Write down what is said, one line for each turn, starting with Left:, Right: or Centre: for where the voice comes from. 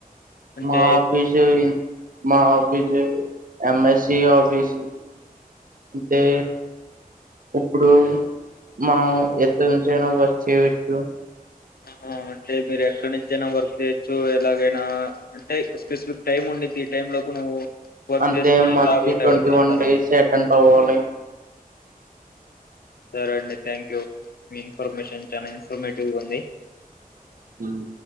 Left: అంటే
Right: మా పీజీ అయి మా ఆఫిస్ యం యస్ సిఆఫిస్ అంటే ఇప్పుడు మనం ఎత్త నుంచయినా చేయచ్చు
Left: ఆహా అంటే మీరు ఎక్కడి నుంచైనా వర్క్ చేయ్యచ్చు ఎలాగైనా అంటే స్పెసిఫిక్ టైమ్ ఉండిద్ది ఈ టైమ్ లోకి నువ్వు వర్క్
Right: అంతే
Left: చేసుకొని
Right: మంత్లీ
Left: లాగౌట్
Right: ట్వంటీ
Left: అవ్వచ్చు
Right: వన్
Left: అంటారా
Right: డేస్ అటెండ్ అవ్వాలి
Left: చూడండి థ్యాంక్ యూ మీ ఇన్ఫర్మేషన్ చాలా ఇన్ఫర్మేటివ్గా ఉంది
Right: హ్మ్